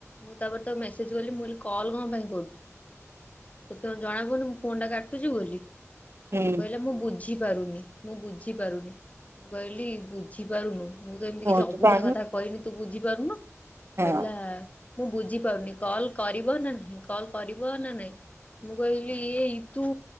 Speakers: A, on the left (about 25°); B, on the right (about 50°).
A: ମୁଁ ତାପରେ ତାକୁ ମେସେଜ କଲି ମୁଁ କହିଲି କଲ କଣ ପାଇଁ କରୁଛୁ ତତେ କଣ ଜଣାପଡ଼ୁନି ମୁଁ ଫୋନ ଟା କାଟୁଛି ବୋଲି
B: ହୁଁ
A: କୋଉଠୁ କହିଲା ମୁଁ ବୁଝିପାରୁନି ମୁଁ ବୁଝିପାରୁନି ମୁଁ କହିଲି ବୁଝିପାରୁନୁ ମୁଁ ତ ଏମିତି
B: ପହଞ୍ଚି
A: କିଛି ଅବୁଝା
B: ପାରୁନୁ
A: କଥା କହିନି ତୁ ବୁଝିପାରୁନୁ
B: ହଁ
A: କହିଲା ମୁଁ ବୁଝିପାରୁନି କଲ୍ କରିବ ନା ନାହିଁ କଲ୍ କରିବ ନା ନାଇଁ ମୁଁକଇଲି ଏଇ ତୁ